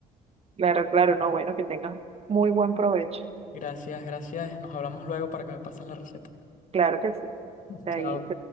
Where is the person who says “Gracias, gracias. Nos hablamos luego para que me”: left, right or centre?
Left